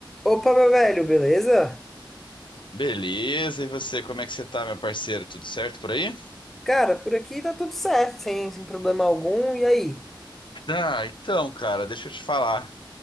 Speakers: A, in the centre; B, on the left.
A: Opa, meu velho, beleza?
B: Beleza, e você, como é que você tá, meu parceiro? Tudo certo por aí?
A: Cara, por aqui tá tudo certo, sem, sem problema algum. E aí?
B: Ah, então, cara, deixa eu te falar.